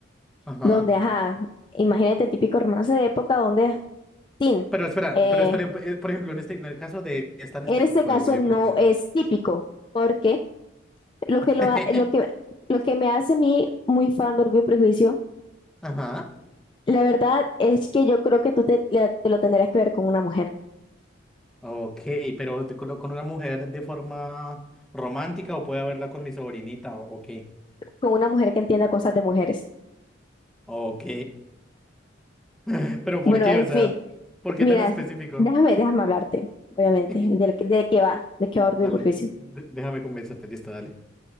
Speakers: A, in the centre; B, on the left (about 25°).
A: Ajá.
B: donde, ajá, imagínate el típico romance de época donde, tin,
A: Pero espera,
B: eh,
A: pero espera eh, por ejemplo, en este, en el caso de es tan
B: en
A: específico
B: este caso
A: de Orgullo
B: no
A: y Prejuicio.
B: es típico, porque lo que,
A: <laughs>
B: lo, ha- lo que, lo que me hace a mí muy fan de Orgullo y Prejuicio,
A: Ajá.
B: la verdad es que yo creo que tú te, la- te lo tendrías que ver con una mujer,
A: Ok, pero de- con, con una mujer de forma romántica o puedo verla con mi sobrinita, o- ok.
B: con una mujer que entienda cosas de mujeres.
A: Ok, <laughs> pero ¿por
B: Bueno,
A: qué?
B: en
A: O sea,
B: fin.
A: ¿por qué
B: Mira,
A: tan específico?
B: déjame, déjame hablarte, obviamente,
A: <laughs>
B: de, de qué va, de qué va Orgullo
A: Dale,
B: y Prejuicio.
A: d- déjame convencerte, listo, dale.